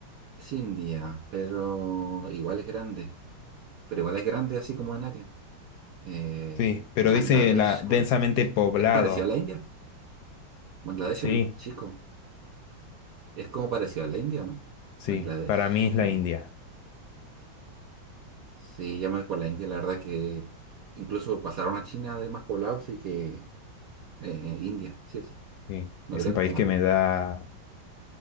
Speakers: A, on the right; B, on the left.
A: es India, pero igual es grande. Pero igual es grande así como en área. Eh,
B: Sí, pero
A: Bangladesh,
B: dice la densamente
A: ¿cuál es este?
B: poblado.
A: ¿Es parecido a la India? Bangladesh
B: Sí,
A: es más chico. Es como parecido a la India, ¿no?
B: sí,
A: Bangladesh.
B: para mí es
A: eh,
B: la India.
A: sí, ya me voy por la India. La verdad que incluso pasaron a China de más poblado, así que eh, India, sí o sí.
B: Sí,
A: No
B: es
A: creo
B: un país
A: que esté mal,
B: que me da,